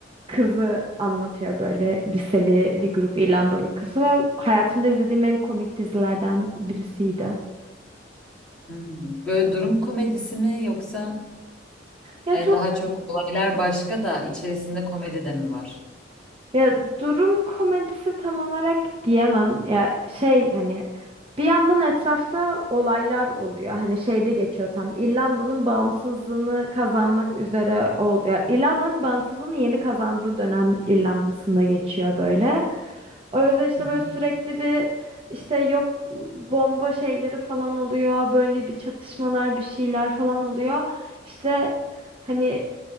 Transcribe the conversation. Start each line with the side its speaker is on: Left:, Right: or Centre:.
Right: kızı anlatıyor böyle liseli bir grup İrlandalı kızı ve hayatımda izlediğim en komik dizilerden birisiydi.
Centre: Hmm. Böyle durum komedisi mi yoksa
Right: Ya
Centre: hani
Right: çok
Centre: daha çok olaylar başka da içerisinde komedi de mi var?
Right: Ya durum komedisi tam olarak diyemem. Ya şey hani bir yandan etrafta olaylar oluyor. Hani şeyde geçiyor tam. İrlanda'nın bağımsızlığını kazanmak üzere ol ya İrlanda'nın bağımsızlığını yeni kazandığı dönem İrlanda'sında geçiyor böyle. O yüzden işte
Centre: Hı
Right: böyle
Centre: hı.
Right: sürekli bir işte yok bomba şeyleri falan oluyor. Böyle bir çatışmalar, bir şeyler falan oluyor. İşte hani